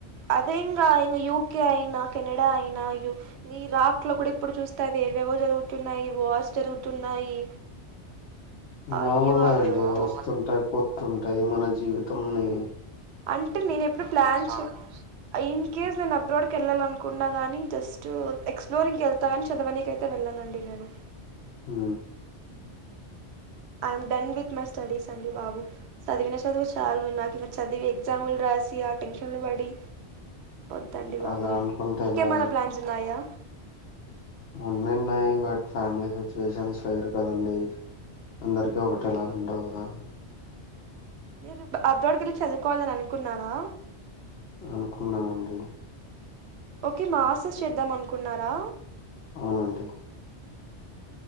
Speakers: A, on the right; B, on the left.
A: అదే ఇంగ ఇంగ యూకే అయినా కెనడా అయినా యు ఇరాక్ లో కూడా ఇప్పుడు చూస్తే అవేవేవో జరుగుతున్నాయి వార్స్ జరుగుతున్నాయి అయ్య
B: మామూలే
A: బాబోయ్
B: అండి
A: వద్దు
B: వస్తుంటాయి పోతుంటాయి మన జీవితం మీ
A: అంటే నేను ఎప్పుడు ప్లాన్ చే ఇన్ కేస్ నేను అబ్రాోడ్కి వెళ్ళాలనుకున్నా కానీ జస్ట్ ఎక్స్ప్లోరింగ్కి వెళ్తా కాని చదవనికైతే వెళ్ళానండి నేను
B: హు
A: I'm done with my studies అండి బాబు సదివి సదువు చాలు నాకి నచ్ చదివి ఎగ్జాంలు రాసి ఆ టెన్షన్లు పడి వద్దండి బాబోయ్
B: అలా అనుకుంటే
A: మీకేమైనా
B: ఎలా
A: ప్లాన్స్ ఉన్నాయా
B: ఉన్ని ఉన్నాయి బట్ ఫ్యామిలీ సిచ్యుయేషన్స్ ఫయిరు కదండి అందరికీ ఒకటేలాగా
A: ఓకే
B: ఉండవు కదా
A: మీరు అబ్రోడికి వెళ్ళి చదువుకోవాలని అనుకున్నారా
B: అనుకున్నానండి
A: ఓకే మాస్ టర్స్ చేద్దాం అకున్నారా
B: అవునండి